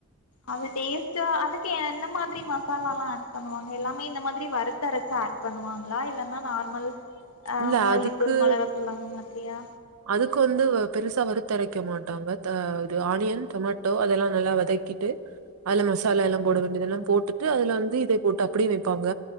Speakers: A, on the left (about 70°); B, on the right (about 75°).
A: அது டெஸ்ட அதுக்கு என்ன மாரி மசாலால்லா ஆட் பண்ணுவாங்க எல்லாமே இந்த மாரி வர்த்துரைச்சு ஆட் பண்ணுவாங்களா இல்லன்னா நார்மல் அ
B: இல்ல
A: மல்லிதூள்
B: அதுக்கு
A: மில்கதுள் அந்த மாதிரியா
B: அதுக்கு வந்து வ பெருசா வறுத்தரைக்க மாட்டாங்க த ஆனியன் டொமேட்டோ அதெல்லா நல்லா வதக்கிட்டு அதுலா மசாலா எல்லாம் போட வேண்டியதெல்லாம் போட்டுட்டு அதில் வந்து இதை போட்டு அப்படியெ வைப்பாங்க